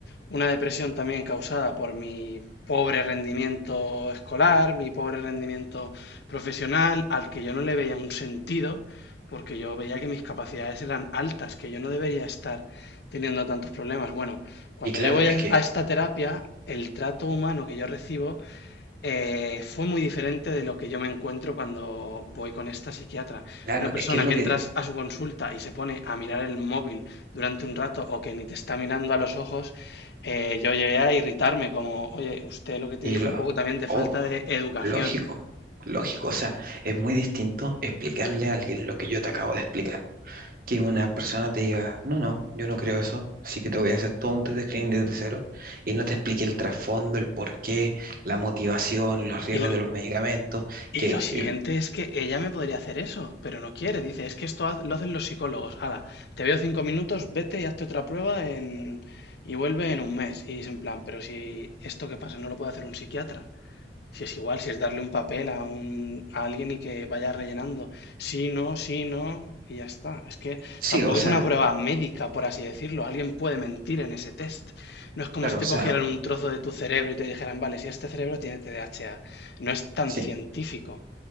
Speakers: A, on the left; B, on the right.
A: una depresión también causada por mi pobre rendimiento escolar, mi pobre rendimiento profesional, al que yo no le veía un sentido, porque yo veía que mis capacidades eran altas, que yo no debería estar teniendo tantos problemas. Bueno, cuando
B: Y claro,
A: yo voy
B: es
A: a
B: que,
A: a esta terapia, el trato humano que yo recibo eh, fue muy diferente de lo que yo me encuentro cuando voy con esta psiquiatra.
B: claro,
A: Una persona
B: es que es lo
A: que
B: que,
A: entras a su consulta y se pone a mirar el móvil durante un rato o que ni te está mirando a los ojos, eh, yo llegué a irritarme como, oye, usted lo que tiene
B: Y
A: es
B: lo,
A: un poco también de
B: oh,
A: falta de educación.
B: lógico, lógico. O sea, es muy distinto explicarle a alguien lo que yo te acabo de explicar. Que una persona te diga, no, no, yo no creo eso, así que te voy a hacer todo un test de screening desde cero y no te explique el trasfondo, el porqué, la motivación, los riesgos
A: Y lo,
B: de los medicamentos,
A: y
B: que
A: lo siguiente
B: el-
A: es que ella me podría hacer eso, pero no quiere. Dice, es que esto haz- lo hacen los psicólogos. Hala, te veo cinco minutos, vete y hazte otra prueba en... y vuelve en un mes. Y es en plan, pero si esto que pasa no lo puede hacer un psiquiatra. Si es igual, si es darle un papel a un, a alguien y que vaya rellenando. Sí, no, sí, no, y ya está. Es que
B: sí,
A: tampoco
B: o sea,
A: es una prueba médica, por así decirlo. Alguien puede mentir en ese test. No es como
B: claro,
A: si te
B: o sea,
A: cogieran un trozo de tu cerebro y te dijeran, vale, si este cerebro tiene TDAH. No es tan
B: sí.
A: científico.